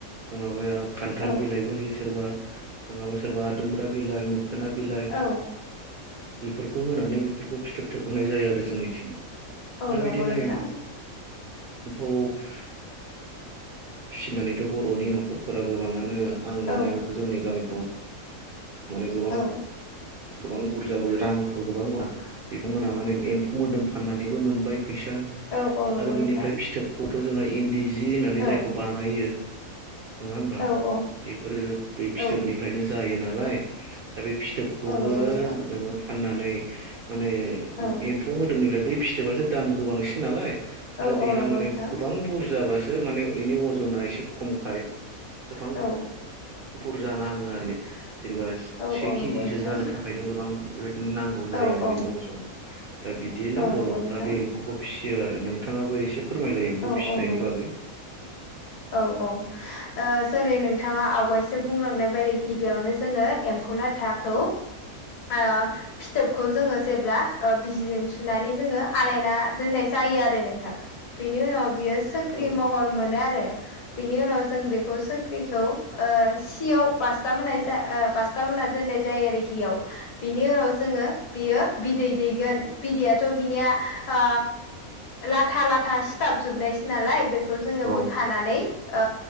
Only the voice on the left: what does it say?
औ
औ
औ
नंगौ
नोंथां।
औ
औ
औ औ नंगौ
नोंथां
औ
औ औ
औ
औ नंगौ नोंथां
औ
औ
औ
नंगौ
नोंथां
औ
औ
औ नंगौ
नोंथां
औ
औ
औ नंगौ
नोंथां
औ
औ नंगौ
औ औ ओ जेरै- नोंथाङा आवगायसो बुंलांनाय बायदि गिबियावनो जोङो एम फौ लाथाखौ ओ फिथोबखौ जोङो जेब्ला ओ बिजिजों सुनानै जोङो आलायना दोननाय जा जायो आरो नोंथां बिनि उनाव बियो सख्रि
महर मोनो आरो। बेनि उनाव जों बेखौ सोख्रिखौ ओ सियाव बासथाब होनाय जा ओ बा बासथाब होना दोननाय जायो आरो हियाव बिनि उनाव जोङो बियो बिदै दैगोन बिदैया थ' बिनिया ओ लाथा-लाथा सिथाब जोबनायसै नालाय बे खौ जोङो
बोखाना नै ओ